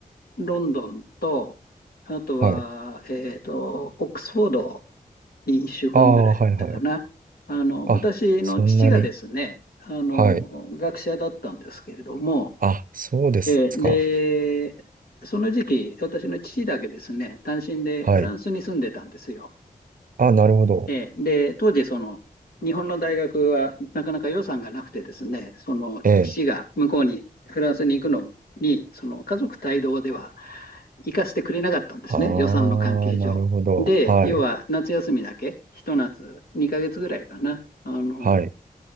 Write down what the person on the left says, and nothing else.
ロンドンと、あとは、
えっと、オックスフォードに1週間ぐらい行ったかな。
あの、
私の父がですね、
あの、
学者だったんですけれども、
えーで、その時期、私の父だけですね、単身でフランスに住んでたんですよ。
ええ、で、当時、その、日本の大学はなかなか予算がなくてですね、その父が向こうに、
フランスに行くのに、その家族帯同では行かせてくれなかったんですね、
予算の関係上。
で、
要は夏休みだけ、一夏2ヶ月ぐらいかな、あの、